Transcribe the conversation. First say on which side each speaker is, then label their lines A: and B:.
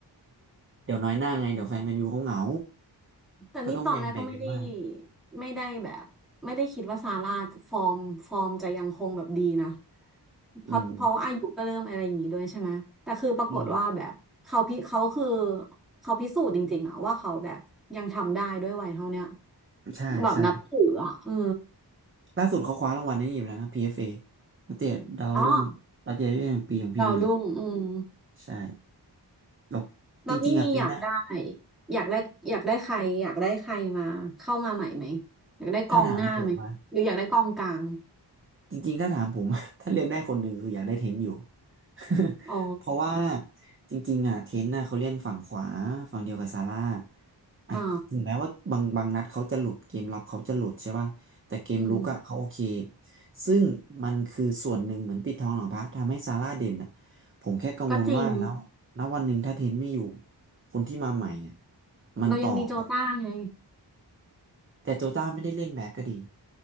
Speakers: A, on the right; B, in the centre.
A: เดี๋ยวน้อยหน้าไงเดี๋ยวแฟนแมนยูเขาเหงา
B: แต่นี่ตอนแรกก็ไม่ได้
A: ก็ต้องแบ่งแบ่งกันบ้าง
B: ไม่ได้แบบไม่ได้คิดว่าซาร่าจะฟอร์มฟอร์มจะยังคงแบบดีนะเพราะเพราะว่าอายุก็เริ่มอะไรอย่างงี้ด้วยใช่ไหมแต่คือปรากฏว่าแบบเขาพิเขาคือ
A: อืมอืม
B: เขาพิสูจน์จริงๆอะว่าเขาแบบยังทำได้ด้วยวัยเท่าเนี้ย
A: ใช่ใช่
B: แบบนับถืออะเออ
A: ล่าสุดเขาคว้ารางวัลนี้อีกแล้วนะ PFA นักเตะดาวรุ่งรับยอดเยาวชนแห่งปีของพรีเมียร์ลีก
B: อ๋อดาวรุ่งอืม
A: ใช่แล้วจริงๆอ่ะปีหน้า
B: แล้วนี่อยากได้อยากได้อยากได้ใครอยากได้ใครมาเข้ามาใหม่ไหมอยากได้กองหน้าไหมหรืออยากได้กองกลาง
A: ถ้าถามผมมา จริงๆถ้าถามผม <laughs> ถ้าเลือกได้คนหนึ่งคืออยากได้เทนอยู่ <laughs>
B: อ๋อ
A: เพราะว่าจริงๆอ่ะเทนน่ะเขาเล่นฝั่งขวาฝั่งเดียวกับซาร่าอ่ะถึงแม้ว่าบางบางนัดเขาจะหลุดเกมรับเขาจะหลุดใช่ป่ะแต่เกมลุกอ่ะเขาโอเค
B: อ่าอืม
A: ซึ่งมันคือส่วนหนึ่งเหมือนปิดทองหลังพระทำให้ซาร่าเด่นอ่ะผมแค่กังวลว่าแล้วณวันหนึ่งถ้าเทนไม่อยู่
B: ก็จริง
A: คนที่มาใหม่อ่ะมันต่อแบบ
B: เรายังมีโจต้าไง
A: แต่โจต้าไม่ได้เล่นแบ็คก็ดี